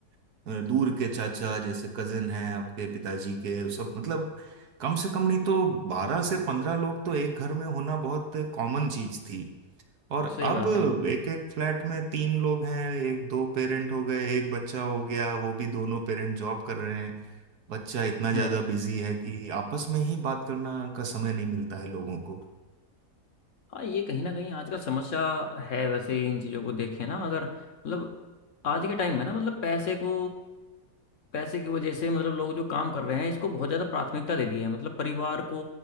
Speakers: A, on the right; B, on the left.
A: अ, दूर के चाचा जैसे कजिन हैं आपके पिताजी के सब मतलब कम से कम नहीं तो बारह से पंद्रह लोग तो एक घर में होना बहुत कॉमन चीज थी और
B: सही
A: अब
B: बात है
A: एक एक फ्लैट में तीन लोग हैं एक दो पेरेंट हो गए एक बच्चा हो गया वो भी दोनों पेरेंट जॉब कर रहे हैं बच्चा इतना ज्यादा
B: हम्म
A: बिजी है कि आपस में ही बात करना का समय नहीं मिलता है लोगों को
B: हाँ ये कहीं ना कहीं आजकल समस्या है वैसे इन चीज़ों को देखें ना अगर मतलब आज के टाइम में ना मतलब पैसे को पैसे की वजह से मतलब लोग जो काम कर रहे हैं इसको बहुत ज़्यादा प्राथमिकता दे दी है मतलब परिवार को